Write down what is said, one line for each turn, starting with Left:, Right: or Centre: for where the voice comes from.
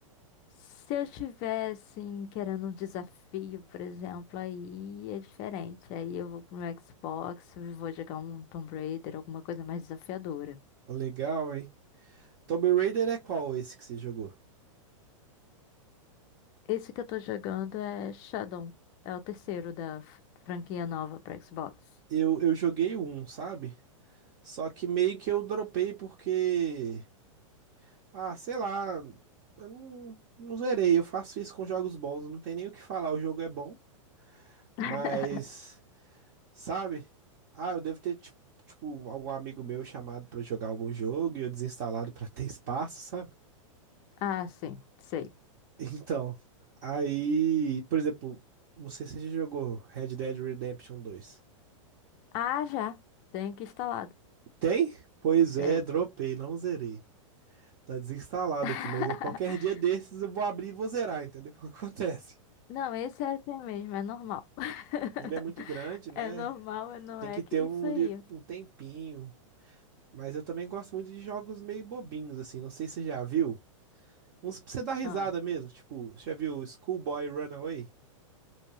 Left: Se eu estivesse querendo um desafio, por exemplo, aí é diferente. Aí eu vou pro meu Xbox, e vou jogar um Tomb Raider, alguma coisa mais desafiadora.
Right: legal, hein? Tomb Raider é qual esse que você jogou?
Left: Esse que eu tô jogando é Shadow. É o terceiro da f- franquia nova pra Xbox.
Right: Eu, eu joguei um, sabe? Só que meio que eu dropei porque. Ah, sei lá. Eu não, não zerei. Eu faço isso com jogos bons. Não tem nem o que falar. O jogo é bom.
Left: <laughs>
Right: Mas. Sabe? Ah, eu devo ter, tipo, tipo, algum amigo meu chamado pra jogar algum jogo e eu desinstalado pra ter espaço, sabe?
Left: Ah, sim, sei.
Right: <laughs> Então, aí, por exemplo, não sei se você já jogou Red Dead Redemption dois
Left: Ah, já. Tenho aqui instalado.
Right: Tem? Pois
Left: Tem.
Right: é, dropei, não zerei. Tá desinstalado
Left: <laughs>
Right: aqui, mas qualquer dia desses eu vou abrir e vou zerar, entendeu? <laughs> Acontece.
Left: Não, esse é assim mesmo, é normal. <laughs>
Right: Ele é muito grande, né?
Left: É normal, não
Right: Tem
Left: é
Right: que ter
Left: que isso
Right: um,
Left: aí.
Right: li- um tempinho. Mas eu também gosto muito de jogos meio bobinhos, assim. Não sei se você já viu. Uns pra você dar risada
Left: Ah,
Right: mesmo, tipo, você já viu Schoolboy Runaway?